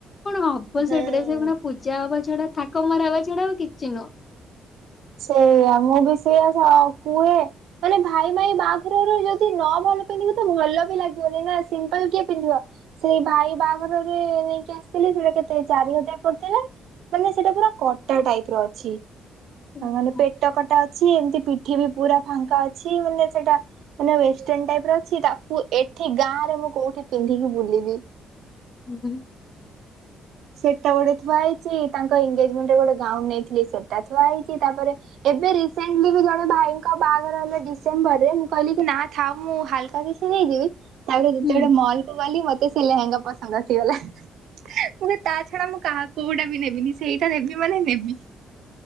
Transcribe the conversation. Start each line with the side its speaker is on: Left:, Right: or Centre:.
Left: କଣ ହବ
Right: ହୁଁ
Left: ସେ ଡ୍ରେସ କ ପୂଜା ହବା ଛଡା ଥାକ ମରା ହେବା ଛଡା ଆଉ କିଛି ନୁହଁ
Right: ସେଇଆା ମୁଁ ବି ସେଇଆା କୁହେ ମାନେ ଭାଇ ଭାଇ ବାହାଘରରୁ ଯଦି ନ ଭଲ ପିନ୍ଧିବ ତ ଭଲ ବି ଲାଗିବନି ନା ସିମ୍ପଲ କିଏ ପିନ୍ଧିବ ସେଇ ଭାଇ ବାହାଘରରେ ନେଇକି ଆସିଥିଲି ସେଟା କେତେ ଚାରି ହଜାର ପଡିଥିଲା। ମାନେ ସେଟା ପୁରା କଟା ଟାଇପ୍ ର ଅଛି।
Left: ହଁ।
Right: ଅଁ ମାନେ ପେଟ କଟା ଅଛି ଏମିତି ପିଠି ବି ପୁରା ଫାଙ୍କା ଅଛି ମାନେ ସେଟା ମାନେ ୱେଷ୍ଟେନ୍ ଟାଇପ୍ ର ଅଛି ତାକୁ ଏଠି ଗାଁ ରେ ମୁଁ କୋଉଠି ପିନ୍ଧିକି ବୁଲିବି।
Left: <unintelligible>
Right: ସେଟା ଗୋଟେ ଥୁଆ ହେଇଚି ତାଙ୍କ ଏଙ୍ଗେଜମେଣ୍ଡ ରେ ଗୋଟେ ଗାଉନ ନେଇଥିଲି ସେଟା ଥୁଆ ହେଇଚି ତାପରେ ଏବେ ରିସେଣ୍ଟଲି ବି ଜଣେ ଭାଇଙ୍କ ବାହାଘର ହେଲେ ଡିସେମ୍ବର ରେ ମୁଁ କହିଲି କି ନା ଥାଉ ମୁଁ ହାଲକା କି ଛି ହେଇଯିବି ତାପରେ ଯେତେବେଳେ
Left: ହୁଁ
Right: ମଲ କୁ ଗଲି ମତେ ସେ ଲେହେଙ୍ଗା ପସନ୍ଦ ଆସିଗଲା।
Left: <inaudible>
Right: ମୁଁ କହି ତା ଛଡା ମୁଁ କାହା କୋଉଡ଼ା ବି ନେବିନି ସେଇଟା ନବି ମାନେ ନେବି।